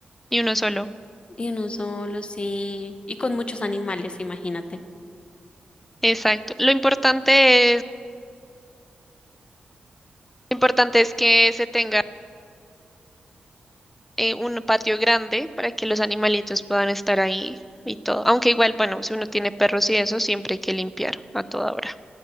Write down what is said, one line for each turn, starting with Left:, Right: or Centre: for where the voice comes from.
Centre: Y uno solo.
Left: Y uno solo, sí. Y con muchos animales, imagínate.
Centre: Exacto. Lo importante es, lo importante es que se tenga eh, un patio grande para que los animalitos puedan estar ahí y todo. Aunque igual, bueno, si uno tiene perros y eso, siempre hay que limpiar a toda hora.